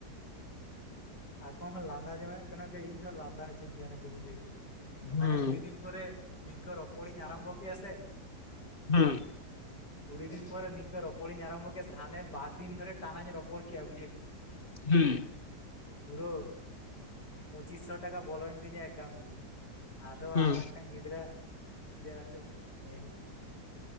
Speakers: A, on the left; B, on the left.
A: ᱟᱠᱚ ᱦᱚᱸ ᱞᱟᱸᱫᱟ ᱡᱚᱝᱟᱜ ᱠᱟᱱᱟ ᱠᱚ ᱤᱧ ᱦᱚᱸ ᱞᱟᱸᱫᱟ ᱦᱚᱪᱚᱧ ᱠᱟᱱᱟ ᱠᱚ ᱵᱩᱡᱷᱟᱹᱣ ᱠᱮᱜᱼᱟᱢ᱾
B: ᱦᱩᱸ
A: ᱢᱟᱱᱮ ᱩᱲᱤᱫᱤᱱ ᱯᱚᱨᱮ ᱤᱧ ᱠᱚ ᱨᱚᱯᱚᱲᱤᱧ ᱟᱨᱟᱢᱵᱷᱚ ᱠᱮᱜᱼᱟ ᱥᱮ ᱾
B: ᱦᱩᱸ ᱾
A: <unintelligible> ᱩᱲᱤ ᱫᱤᱱ ᱯᱚᱨᱮ ᱱᱤᱝᱠᱟᱹ ᱨᱚᱯᱚᱲᱤᱧ ᱟᱨᱟᱢᱵᱷᱚ ᱠᱮᱜᱼᱟ ᱥᱮ ᱦᱟᱱᱮ ᱵᱟᱨ ᱫᱤᱱ ᱫᱷᱚᱨᱮ ᱴᱟᱱᱟᱧ ᱨᱚᱯᱚᱲ ᱠᱮᱜᱼᱟ ᱵᱩᱡᱷᱟᱹᱣ ᱠᱮᱜᱼᱟᱢ ᱾
B: ᱦᱩᱸ ᱾
A: ᱯᱩᱨᱟᱹ ᱯᱚᱸᱪᱤᱥ ᱥᱚ ᱴᱟᱠᱟ ᱵᱚᱞᱚᱭᱮᱱ ᱛᱤᱧᱟ ᱮᱠᱟᱣᱩᱱᱴᱨᱮ ᱾ ᱟᱫᱚ
B: ᱦᱩᱸ
A: ᱟᱨ ᱢᱤᱫᱴᱟᱝ ᱜᱤᱫᱽᱨᱟᱹ ᱟᱜ ᱤᱡᱟᱹ ᱟ ᱛᱮᱫ ᱡᱟᱭᱦᱳᱠ